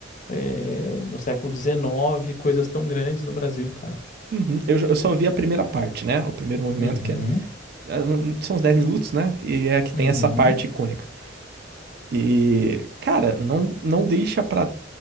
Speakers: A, on the left; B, on the right.
A: eh, no século XIX, coisas tão grandes no Brasil, cara.
B: Uhum. Eu, já- eu só vi a primeira parte, né? O primeiro movimento,
A: Uhum,
B: que é. é, não- São os 10 minutos, né? E é que
A: uhum.
B: tem essa parte icônica. E, cara, não, não deixa pra.